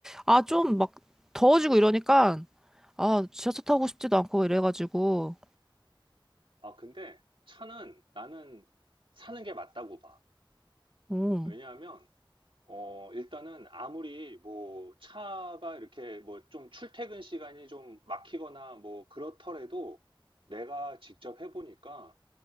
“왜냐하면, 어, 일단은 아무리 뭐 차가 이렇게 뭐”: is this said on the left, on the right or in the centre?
Right